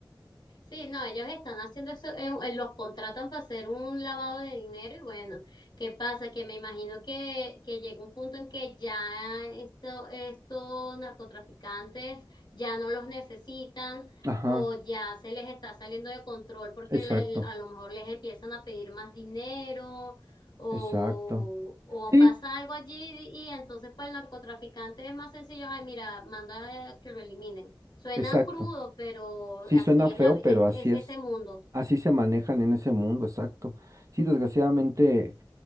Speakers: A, on the left; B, on the right.
A: Sí, no, ellos están haciendo eso, eh, eh, los contratan para hacer un lavado de dinero y bueno, ¿qué pasa? Que me imagino que, que llega un punto en que ya esto, estos narcotraficantes ya no los necesitan
B: Ajá,
A: o ya se les está saliendo de control porque
B: exacto,
A: la- a lo mejor les empiezan a pedir más dinero o,
B: exacto.
A: o
B: Sí,
A: pasa algo allí y entonces para el narcotraficante es más sencillo, ay, mira, manda eh, que lo eliminen. Suena
B: exacto.
A: crudo, pero
B: Sí,
A: así
B: suena
A: es
B: feo,
A: la, vi-
B: pero
A: es,
B: así
A: es
B: es.
A: ese mundo.
B: Así se manejan en ese mundo, exacto. Sí, desgraciadamente